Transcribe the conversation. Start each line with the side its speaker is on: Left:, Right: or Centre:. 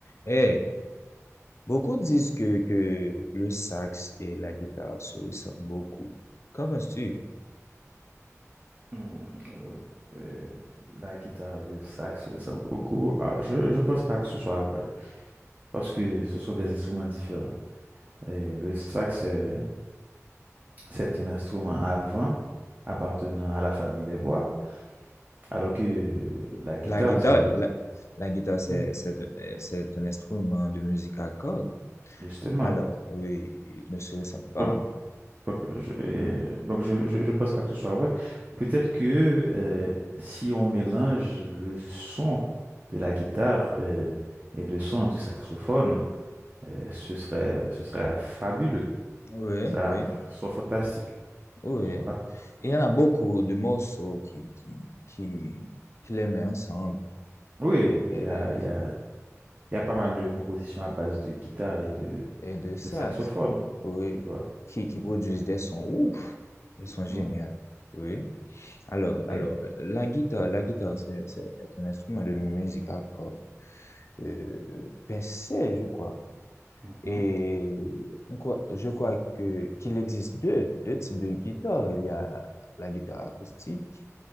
Left: Hey, beaucoup disent que, que le sax et la guitare se ressemblent beaucoup. Qu'en penses-tu?
Right: Hmm, euh, euh, la guitare et le sax se ressemblent beaucoup. Ah, je je pense pas que ce soit vrai parce que ce sont des instruments différents. Et le sax, c'est c'est un instrument avant appartenant à la famille des bois, alors que euh, la guitare,
Left: La guitare,
Right: c'est
Left: la, la guitare, c'est,
Right: Mhm,
Left: c'est, un euh, c'est un instrument de musique à cordes.
Right: justement.
Left: Alors, oui, ils ne se ressemblent pas.
Right: Donc, donc, je, et- donc je, je, je pense pas que ce soit vrai. Peut-être que euh, si on mélange le son de la guitare euh, et le son du saxophone, Euh, ce serait, ce serait fabuleux.
Left: Oui,
Right: Ça
Left: oui,
Right: ce serait fantastique,
Left: oui.
Right: tu vois.
Left: Il y en a beaucoup de morceaux qui, qui, qui, qui les mettent ensemble
Right: Oui, il
Left: et,
Right: y a, il y a, il y a pas mal de compositions à base de guitare et de,
Left: et de sax,
Right: de saxophone,
Left: oui,
Right: tu vois.
Left: qui, qui produisent des sons ouf, des sons
Right: Mhm.
Left: géniaux. Oui. Alors, alors,
Right: Et-
Left: la guitare, la guitare, c'est, c'est est un instrument de musique à cordes, euh, pincée, je crois.
Right: mhm,
Left: Et quoi- je crois que qu'il existe deux, deux types de guitares. Il y a la guitare acoustique